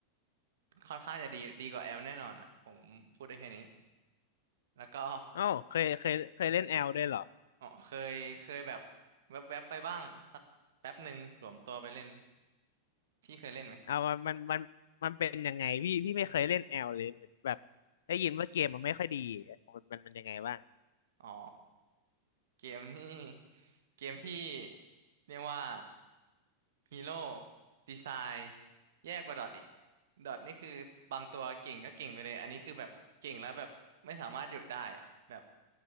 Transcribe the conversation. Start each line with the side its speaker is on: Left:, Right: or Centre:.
Right: ค่อนข้างจะดีดีกว่าแอลแน่นอนอ่ะผมพูดได้แค่นี้แล้วก็
Left: อ้าวเคยเคยเคยเล่นแอลด้วยเหรอ
Right: อ๋อเคยเคยแบบแวบๆไปบ้างสักแป๊บหนึ่งหลวมตัวไปเล่นพี่เคยเล่นไหม
Left: เอามันมันมันมันเป็นยังไงพี่พี่ไม่เคยเล่นแอลเลยเหมือนแบบได้ยินว่าเกมมันไม่ค่อยดีมันมันมันยังไงบ้าง
Right: อ๋อเกมนี่เกมที่เรียกว่าฮีโร่ดีไซน์แย่กว่าดอทอีกดอทนี่คือบางตัวเก่งก็เก่งไปเลยอันนี้คือแบบเก่งแล้วแบบไม่สามารถหยุดได้อะแบบ